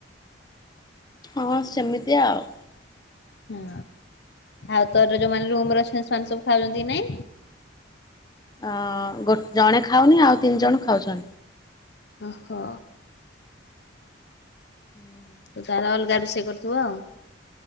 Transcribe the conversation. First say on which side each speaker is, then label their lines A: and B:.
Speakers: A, on the left; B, on the left.
A: ହଁ ସେମିତି ଆଉ।
B: ହଁ ଆଉ ତୋର ଯୋଉମାନେ ରୁମ୍ ରେ ଅଛନ୍ତି ସେମାନେ ସବୁ ଖାଉଛନ୍ତି ନାଇଁ?
A: ଅ ଗୋ ଜଣେ ଖାଉନି ଆଉ ତିନି ଜଣ ଖାଉଚ
B: ଓହୋ।
A: ହୁଁ।
B: ତୁ ତାର ଅଲ୍ଗା ରୁଷେଇ କରୁଥିବ।